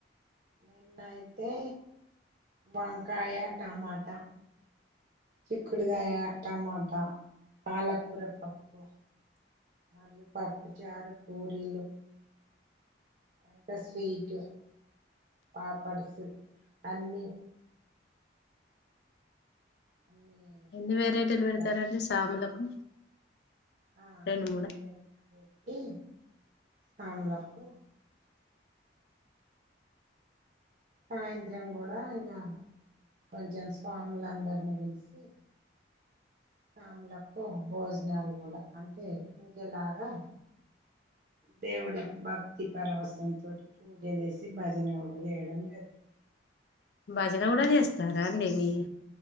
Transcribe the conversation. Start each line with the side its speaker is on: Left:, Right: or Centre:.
Right: నిన్నయితే వంకాయ టమాటా చిక్కుడుకాయ టమాటా పాలకూర పప్పు మరియు పప్పుచారు పూరీలు ఇంకా స్వీట్ పాపడ్సు అన్నీ అన్నీ
Left: ఎన్ని వెరైటీలు
Right: వాళ్ళకి
Left: పెడతారండి సాములకు
Right: ఆ
Left: రెండు
Right: అన్ని
Left: మూడు
Right: వరైటీ పెట్టి సామ్లకు సాయంత్రం గూడా ఇగా కొంచెం స్వాములందరినీ పిలిసి సాములకు భోజనాలు గూడా అంటే పూజలాగా దేవుడి భక్తి పరవసం తోటి పూజ చేసి భజన కూడా చేయడం జరిగింది
Left: భజన గుడా చేస్తారా అండి మీ